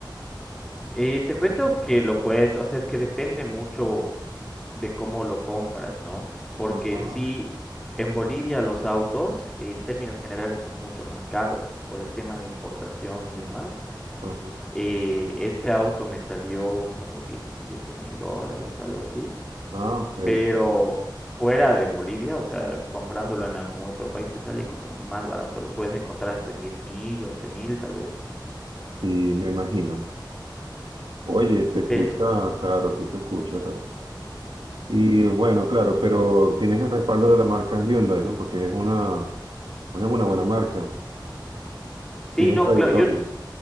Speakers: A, in the centre; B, on the right.
A: Y te cuento que lo puedes, o sea, es que depende mucho de cómo lo compras, ¿no? Porque
B: Ah,
A: en sí, en Bolivia los autos, en términos generales, son mucho más caros por el tema de importación y demás.
B: ajá.
A: Eh, este auto me salió como diecisiete mil dólares, algo así.
B: Ah, ok,
A: Pero fuera de Bolivia, o sea, comprándolo en algún otro país te sale como más barato. Lo puedes encontrar hasta en diez mil, once mil, tal vez.
B: Sí, me imagino. Oye, se escucha
A: Pero...
B: caro, sí se escucha caro. Y bueno, claro, pero tienes el respaldo de la marca Hyundai, ¿no? Porque es una, pues es una buena marca,
A: Sí,
B: tiene
A: no,
B: trayectoria.
A: claro, yo,